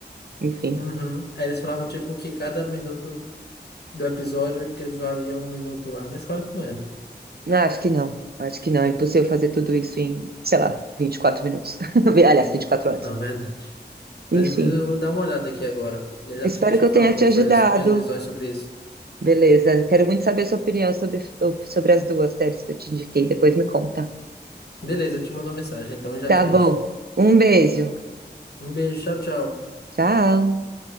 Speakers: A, on the right; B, on the left.
A: Enfim,
B: Uhum. Aí eles falavam tipo que cada minuto do episódio que ele valia um minuto lá, mas claro que não é, né?
A: Ah, acho que não, acho que não, é impossível fazer tudo isso em, sei lá, 24 minutos. <laughs> Aliás, 24 horas.
B: Não, é verdade. Mas
A: Enfim,
B: inclusive eu vou dar uma olhada aqui agora. E eu já
A: espero
B: te, te
A: que
B: falo
A: eu tenha
B: qual
A: te ajudado.
B: foi as minhas visões sobre isso.
A: Beleza, quero muito saber a sua opinião sobre, sobre as duas séries que eu te indiquei, depois me conta.
B: Beleza, eu te mando uma mensagem, então eu já
A: Tá
B: te mostro.
A: bom, um beijo.
B: Um beijo, tchau, tchau.
A: Tchau!